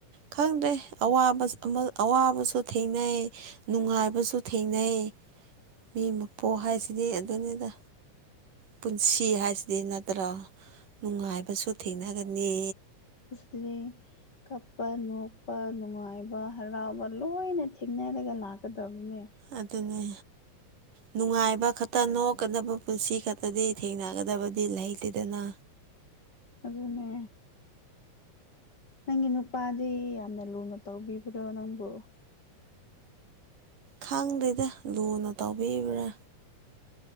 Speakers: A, on the right (about 90°); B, on the left (about 35°).
A: ꯈꯪꯗꯦ ꯑꯋꯥꯕ ꯑꯃ ꯑꯋꯥꯕꯁꯨ ꯊꯦꯡꯅꯩ ꯅꯨꯡꯉꯥꯏꯕꯁꯨ ꯊꯦꯡꯅꯩ ꯃꯤ ꯃꯄꯣꯛ ꯍꯥꯏꯁꯤꯗꯤ ꯑꯗꯨꯅꯤꯗ ꯄꯨꯟꯁꯤ ꯍꯥꯏꯁꯤꯗꯤ ꯅꯠꯇ꯭ꯔꯥ ꯅꯨꯡꯉꯥꯏꯕꯁꯨ ꯊꯦꯡꯅꯒꯅꯤ
B: ꯑꯗꯨꯅꯦ ꯀꯞꯄ ꯅꯣꯛꯄ ꯅꯨꯡꯉꯥꯏꯕ ꯍꯔꯥꯎꯕ ꯂꯣꯏꯅ ꯊꯦꯡꯅꯔꯒ ꯂꯥꯛꯀꯗꯕꯅꯦ
A: ꯑꯗꯨꯅꯦ ꯅꯨꯡꯉꯥꯏꯕ ꯈꯛꯇ ꯅꯣꯛꯀꯗꯕ ꯄꯨꯟꯁꯤ ꯈꯛꯇꯗꯤ ꯊꯦꯡꯅꯒꯗꯕꯗꯤ ꯂꯩꯇꯦꯗꯅ
B: ꯑꯗꯨꯅꯦ ꯅꯪꯒꯤ ꯅꯨꯄꯥꯗꯤ ꯌꯥꯝꯅ ꯂꯨꯅ ꯇꯧꯕꯤꯕ꯭ꯔꯣ ꯅꯪꯕꯨ
A: ꯈꯪꯗꯦꯗ ꯂꯨꯅ ꯇꯧꯕꯤꯕ꯭ꯔꯥ